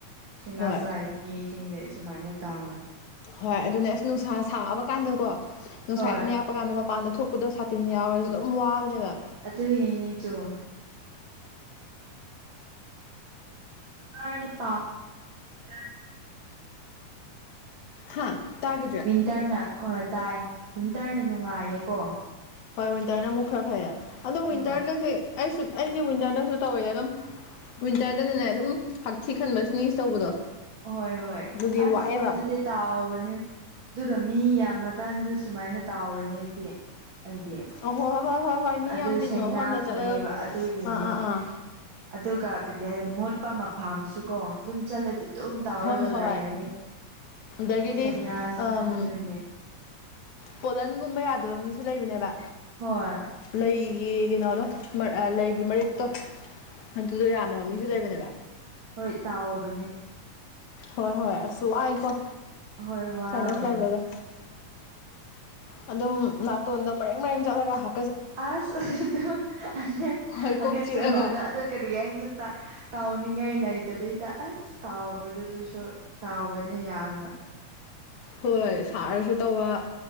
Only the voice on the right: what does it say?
ꯁꯦꯟꯅꯥ
ꯁꯂꯩꯔꯗꯤ ꯏꯁꯤꯡꯖꯦ ꯁꯨꯃꯥꯢꯅ ꯇꯥꯎꯔ
ꯍꯣꯏ
ꯑꯗꯨꯢꯅꯤꯅꯦ ꯆꯣ ꯈꯔꯗꯤ ꯄꯝ ꯇꯥ
ꯗ꯭ꯔꯅ ꯍꯣꯢ ꯇꯥꯢ ꯋꯤꯟꯇ꯭ꯔꯅ ꯅꯨꯡꯉꯥꯏꯌꯦꯀꯣ
ꯍꯣꯏ
ꯍꯣꯢ ꯍꯣꯢ
ꯑꯁ
ꯑꯗꯨꯗꯤ ꯇꯥꯎꯔꯅꯤ ꯑꯗꯨꯒ ꯃꯤ ꯌꯥꯝꯃ ꯀꯥꯟꯖꯨ ꯁꯨꯃꯥꯢꯅ ꯇꯥꯎꯔꯅꯤ ꯑꯩꯗꯤ ꯑꯩꯗꯤ
ꯑꯗꯨ
ꯁꯩꯅꯥꯁꯤꯅꯅꯦꯕ
ꯑꯗꯨꯒꯤꯅꯦ
ꯑꯗꯨꯒ ꯀꯔꯤ ꯍꯥꯢꯌꯦ ꯃꯣꯠꯄ ꯃꯐꯝꯁꯨ ꯀꯣ ꯑꯗꯨꯝ ꯆꯠꯂꯗꯤ ꯑꯗꯨꯝ ꯇꯥꯎꯔꯒ
ꯂꯥꯢꯔꯅꯤ
ꯁꯥꯢꯅꯥꯁ
ꯑꯗꯨꯢꯅꯦ
ꯍꯣꯏ
ꯍꯣꯢ ꯇꯥꯎꯕꯅꯦ
ꯍꯣꯏ ꯋꯥꯕꯅꯦ
ꯑꯁ ꯑꯗꯨꯣ
ꯍꯒꯠꯆꯕꯗꯣ
ꯑꯗꯨ ꯀꯔꯤ ꯍꯥꯏꯖꯨ ꯇ ꯇꯥꯎꯅꯤꯡꯉꯥꯏ ꯂꯩꯇꯕꯤꯗ ꯑꯁ ꯇꯥꯎꯕꯗꯨꯁꯨ ꯇꯥꯎꯕꯅꯦ ꯌꯥꯝꯅ